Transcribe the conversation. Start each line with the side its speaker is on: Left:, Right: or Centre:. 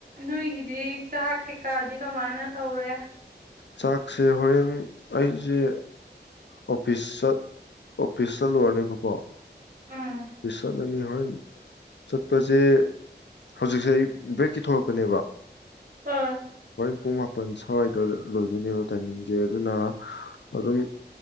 Right: ꯅꯣꯏꯒꯤꯗꯤ ꯆꯥꯛ ꯀꯩꯀꯥꯗꯤ ꯀꯃꯥꯏꯅ ꯇꯧꯔꯦ
Left: ꯆꯥꯛꯁꯦ ꯍꯣꯔꯦꯟ ꯑꯩꯁꯦ ꯑꯣꯐꯤꯁ ꯑꯣꯐꯤꯁ ꯆꯠꯂꯨꯔꯅꯦꯕꯀꯣ
Right: ꯎꯝ
Left: ꯑꯣꯐꯤꯁ ꯆꯠꯂꯅꯤ ꯍꯣꯔꯦꯟ ꯆꯠꯄꯁꯦ ꯍꯧꯖꯤꯛꯁꯦ ꯑꯩ ꯕ꯭ꯔꯦꯛꯀꯤ ꯊꯣꯛꯂꯛꯀꯅꯦꯕ
Right: ꯎꯝ
Left: ꯍꯣꯏ ꯄꯨꯡ ꯃꯥꯄꯜ ꯁꯣꯏ ꯇ ꯂꯣꯏꯗꯣꯏꯅꯦꯕ ꯇꯥꯏꯃꯤꯡꯁꯦ ꯑꯗꯨꯅ ꯑꯗꯨꯝ